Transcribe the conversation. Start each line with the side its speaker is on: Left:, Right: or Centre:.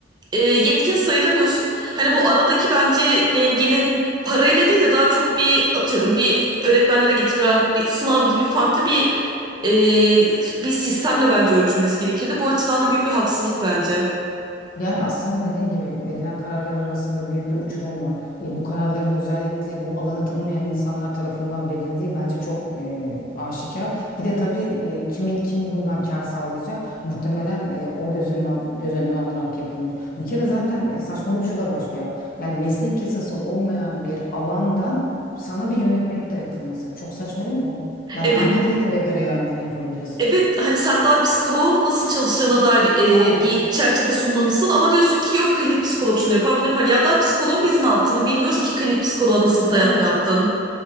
Right: e, yetkin sayılamıyorsun. Hani bu aradaki bence dengenin parayla değil de daha çok bir atıyorum bir öğretmenlere getirilen bir sınav gibi farklı bir e, bir sistemle bence ölçülmesi gerekirdi. Bu açıdan da büyük bir haksızlık bence.
Left: Yani aslında dediğin gibi verilen kararlar arasında büyük bir uçurum var. E, bu kararların özellikle bu alanı tanımayan insanlar tarafından verildiği bence çok e, aşikar. Bir de tabii e, kimin kim bundan kar sağlayacak? Muhtemelen e, o gözünün al, göz önüne alınarak yapılmış. Bir kere zaten e, saçmalık şurada başlıyor. Yani meslek yasası olmayan bir alandan sana bir yönetmelik dayatılması. Çok saçma değil mi? Yani
Right: Evet,
Left: hangi kritere göre yani bunu yapabiliyorsun?
Right: evet hani sen daha psikoloğun nasıl çalışacağına dair e,
Left: Aynen.
Right: bir çerçeve sunmamışsın ama diyorsun ki yok klinik psikolog şunu yapar bunu yapar. Ya daha psikoloğun biz ne yaptığını bilmiyoruz ki klinik psikoloğa nasıl bir
Left: Evet.
Right: dayatma yaptın.